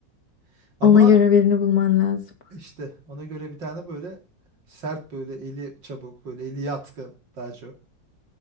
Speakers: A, on the right; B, on the left.
A: <laughs> Ama
B: Ona göre birini bulman lazım.
A: işte ona göre bir tane böyle sert böyle eli çabuk böyle eli yatkın daha çok.